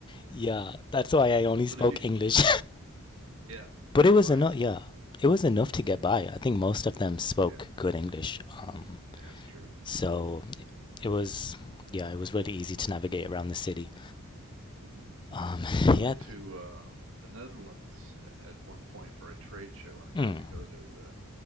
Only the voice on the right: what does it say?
But if you,
yeah,
very
wise.
Yeah,
yeah, that's true.
hmm
I went
to um, the Netherlands at one point for a trade show, and I got
to go to the